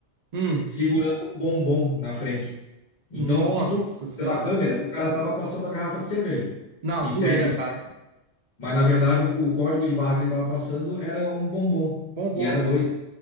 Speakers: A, on the right (about 45°); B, on the left (about 40°).
A: Hum,
B: segurando um bombom na frente.
A: nossa
B: Então, se tu fosse
A: senhora.
B: pela câmera, o cara tava passando a garrafa de cerveja
A: Não,
B: de
A: zoeira,
B: sete,
A: cara.
B: mas na verdade o, o código de barra que ele tava passando era um bombom
A: Bom, bom.
B: e era dois